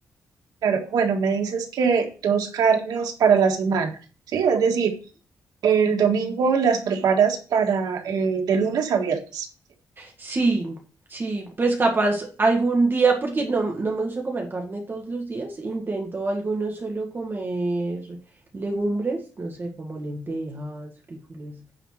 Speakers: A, on the right (about 85°); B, on the right (about 35°).
A: Claro, bueno, me dices que dos carnes para la semana, ¿sí? Es decir... El domingo las preparas para eh, de lunes a viernes.
B: Sí, sí, pues capaz algún día, porque no, no me gusta comer carne todos los días, intento algunos solo comer legumbres, no sé, como lentejas, frijoles,